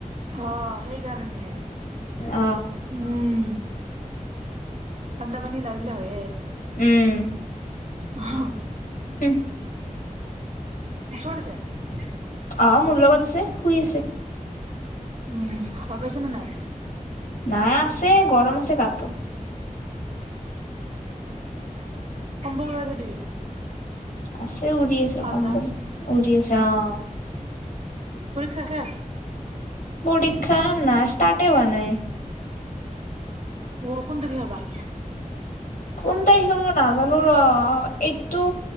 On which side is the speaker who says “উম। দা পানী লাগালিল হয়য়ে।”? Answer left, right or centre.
Right